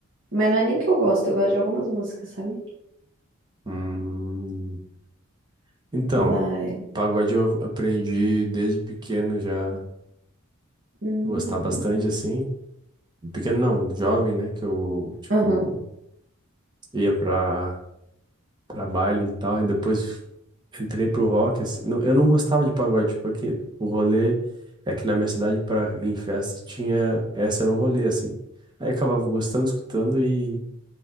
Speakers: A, on the right (about 65°); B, on the right (about 20°).
A: Mas não é nem que eu gosto, eu gosto de algumas músicas, sabe?
B: Hum, então,
A: Mas.
B: pagode eu aprendi desde pequeno já a
A: Hum.
B: gostar bastante, assim. Pequeno não, jovem, né? Que eu, tipo,
A: Aham.
B: ia pra pra baile e tal. E depois entrei pro rock, assim. Não- eu não gostava de pagode, porque o rolê é que na minha cidade, pra ir em festas, tinha. Esse era o rolê, assim. Aí acabava gostando, escutando e